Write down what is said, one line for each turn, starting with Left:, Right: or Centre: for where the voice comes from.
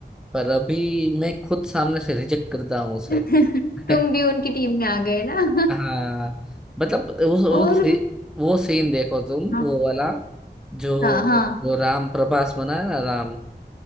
Centre: पर अभी मैं खुद सामने से रिजेक्ट करता हूँ उसे
Left: <laughs>
Centre: <laughs>
Left: तुम भी उनकी टीम में आ गए ना
Centre: हाँ मतलब उस वो
Left: <laughs> और
Centre: सी, वो सीन देखो तुम
Left: हाँ
Centre: वो वाला जो
Left: हाँ हाँ
Centre: जो राम प्रभास बना है ना राम